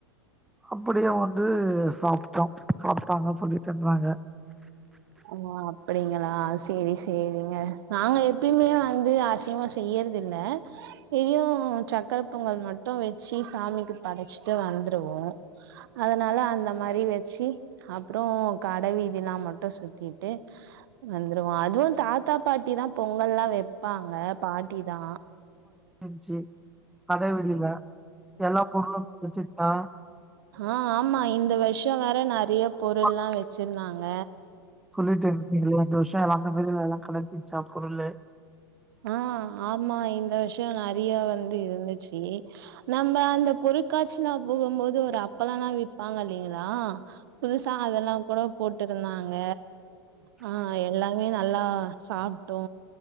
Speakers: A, in the centre; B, on the right.
A: அப்பிடியே வந்து சாப்ட்டோ சாப்ட்டாங்க சொல்லிட்டுருந்தாங்க
B: ஓ அப்டிங்களா செரி சேரிங்க நாங்க எப்பயுமே வந்து அசைவோ செய்யறதில்ல எப்பயூ சக்கர பொங்கல் மட்டு வெச்சு சாமிக்கு படச்சுட்டு வந்துருவோ அதனால அந்த மாரி வச்சு அப்புறோ கடவீதி எல்லா மட்டு சுத் த்திட்டு வந்துருவோ அதுவு தாத்தா பாட்டி தா பொங்கல்லா வெப் ப்பாங்க பாட்டி தா
A: ன்ச்சு கட வெளியில எல்லாப் பொருளு கெடச்சுட்டா
B: ஆ ஆமா இந்த வரு ஷோ வேற நெறைய பொருள்லா
A: கிடைச்சுச்சா
B: வெச்சிருந்தாங்க
A: சொல்லிட்டு இருந்தீங்களே இந்த அந்த மாரி இதல்லா கெடச்சிச்சா பொருளு
B: ஆ ஆமா இந்த வருஷ நெறையா வந் து இருந்துச்சி நம்ம அந்த பொருட்காட்சிலா போகும்போது ஒரு அப்பளல்லா விப்பாங்க இல்லைங்களா புதுசா அதெல்லா கூட போட்டிருந்தாங்க ஆ எல்லாமே தா நல்லா சாப்ட்டோ